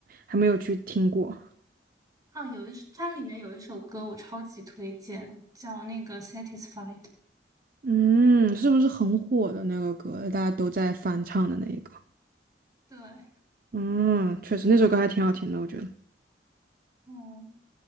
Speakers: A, on the right; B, on the right.
A: 还没有去听过。
B: 啊，哦有一首它里面有一首歌我超级推荐，叫那个 Satisfied。
A: 嗯，是不是很火的那个歌，大家都在翻唱的那一个？
B: 对，
A: 嗯，确实那首歌还挺好听的，我觉得。
B: 嗯，